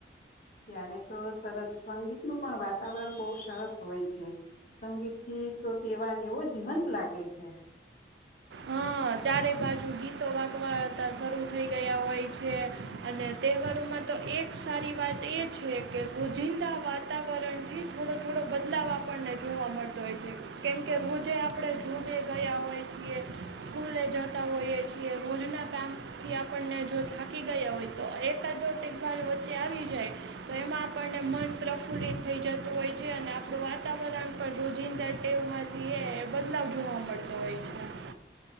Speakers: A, on the left; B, on the right.
A: ત્યારે તો સરસ સંગીતનું પણ વાતાવરણ બહુ સરસ હોય છે સંગીત થી તો તહેવાર એવો જીવંત લાગે છે.
B: હા ચારે બાજુ ગીતો વાગવાતા શરૂ થઈ ગયા હોય છે અને તહેવારોમાં તો એક સારી વાત એ છે કે રોજિંદા વાતાવરણ થી થોડો થોડો બદલાવ આપણને જોવા મળતો હોય છે કેમકે રોજે આપડે જોડે ગયા હોય છે. સ્કૂલે જતા હોઈએ છીએ રોજના કામથી આપણને જો થાકી ગયા હોય તો એકાદો તહેવાર વચ્ચે આવી જાય તો એમાં આપણને મન પ્રફુલ્લિત થઈ જતું હોય છે અને આપડુ વાતાવરણ પણ રોજિંદા ટેવમાંથી એ બદલાવ જોવા મળતો હોય છે.